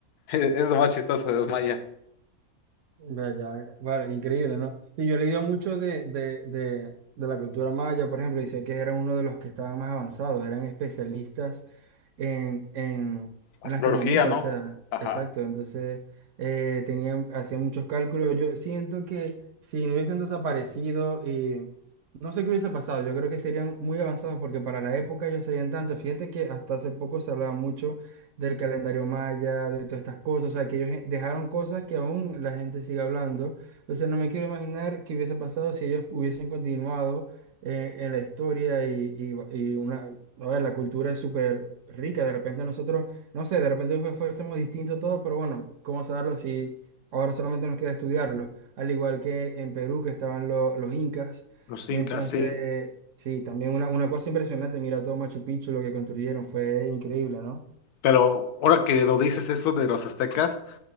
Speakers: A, on the left; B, on the right.
A: <laughs> Es lo más chistoso de los mayas.
B: Vea, ya, vale, increíble, ¿no? Y yo he leído mucho de, de, de, de la cultura maya, por ejemplo, y sé que eran uno de los que estaban más avanzados, eran especialistas en, en,
A: Astrología,
B: en astronomía,
A: ¿no?
B: o sea,
A: Ajá.
B: exacto, entonces eh, tenían, hacían muchos cálculos. Yo siento que si no hubiesen desaparecido y no sé qué hubiese pasado, yo creo que serían muy avanzados porque para la época ellos sabían tanto. Fíjate que hasta hace poco se hablaba mucho del calendario maya, de todas estas cosas, o sea, que ellos en- dejaron cosas que aún la gente sigue hablando. Entonces no me quiero imaginar qué hubiese pasado si ellos hubiesen continuado eh, en la historia y, y- y una, a ver, la cultura es súper rica, de repente nosotros, no sé, de repente fue- fuésemos distinto todo, pero bueno, ¿cómo saberlo si ahora solamente nos queda estudiarlo? Al igual que en Perú, que estaban lo- los incas.
A: Los incas,
B: Entonces,
A: sí.
B: sí, también una, una cosa impresionante, mira todo Machu Picchu, lo que construyeron, fue increíble, ¿no?
A: Pero ahora que lo dices eso de los aztecas,